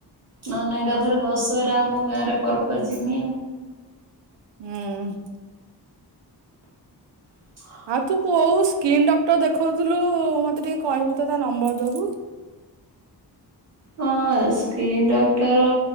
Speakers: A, on the right; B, on the right.
A: ନ ନାଇଁ ଏକାଥରେ ଦଶହରା ଆମ ଗାଁରେ ପର୍ବ ଯିମି।
B: ହୁଁ।
A: ହ।
B: ଆଉ ତୁ କୋଉ ସ୍କିନ୍ ଡକ୍ଟର୍ ଦେଖଉଥିଲୁ ମତେ ଟିକେ କହିବୁ ତ ତା ନମ୍ବର ଦବୁ।
A: ହଁ ସ୍କିନ୍ ଡକ୍ଟର